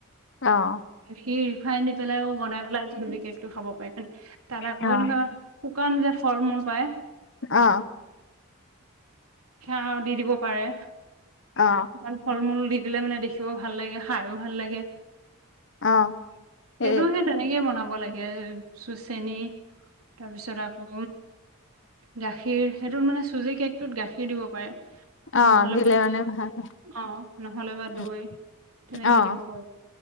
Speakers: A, on the left; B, on the right.
A: অ',
B: সি ৰিফাইন দি পেলাইও বনাই পেলাই চুজি কেকটো তো খাব পাৰে তাত আকৌ
A: অ',
B: এনেকোৱা শুকান যে ফল মূল পায়।
A: অঁ।
B: সেয়া দি দিব পাৰে।
A: অ',
B: শুকান ফল মূল দি দিলে মানে দেখিবও ভাল লাগে খায়ো ভাল লাগে।
A: অ',
B: সেইটো
A: এ
B: সেই তেনেকেই বনাব লাগে চু চেনি তাৰপিছত আকৌ গাখীৰ। সেইটোত মানে চুজি কেকটোত গাখীৰ দিব পাৰে।
A: অ',
B: নহ'লে
A: দিলে
B: বা
A: মানে ভাল হয়।
B: অ' নহ'লে বা
A: উম,
B: দৈ তেনেকে
A: অ',
B: দিব পাৰে।